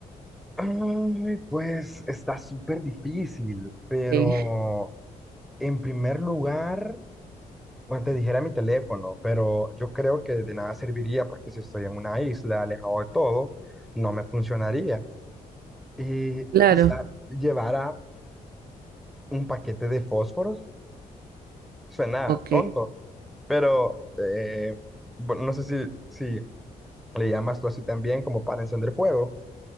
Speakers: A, in the centre; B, on the right.
A: Ay, pues está súper difícil, pero
B: Eh,
A: en primer lugar, bueno, te dijera mi teléfono, pero yo creo que de nada serviría porque si estoy en una isla, alejado de todo, no me funcionaría. Y
B: claro.
A: quizá llevara un paquete de fósforos. Suena
B: Ok.
A: tonto, pero eh, bueno, no sé si, si le llamas tú así también como para encender fuego.